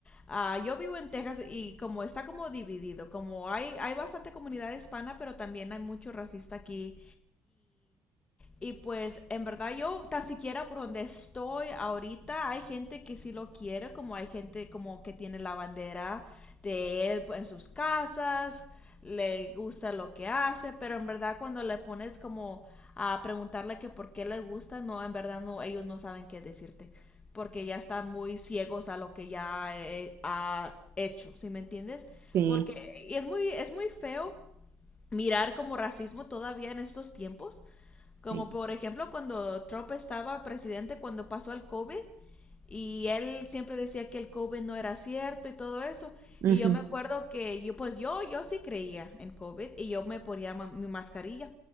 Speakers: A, on the left; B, on the right.
A: ah, yo vivo en Texas y como está como dividido, como hay, hay bastante comunidad hispana, pero también hay mucho racista aquí. Y pues en verdad yo tan siquiera por donde estoy ahorita hay gente que sí lo quiere, como hay gente como que tiene la bandera de él en sus casas, le gusta lo que hace, pero en verdad cuando le pones como a preguntarle que por qué le gusta, no, en verdad no, ellos no saben qué decirte, porque ya están muy ciegos a lo que ya eh, ha hecho, ¿sí me entiendes?
B: Sí,
A: Porque y es muy es muy feo mirar como racismo todavía en estos tiempos como
B: sí.
A: por ejemplo cuando Trump estaba presidente, cuando pasó el COVID, y él siempre decía que el COVID no era cierto y todo eso.
B: Ujú,
A: Y yo me acuerdo que yo, pues yo, yo sí creía en COVID y yo me ponía ma- mi mascarilla.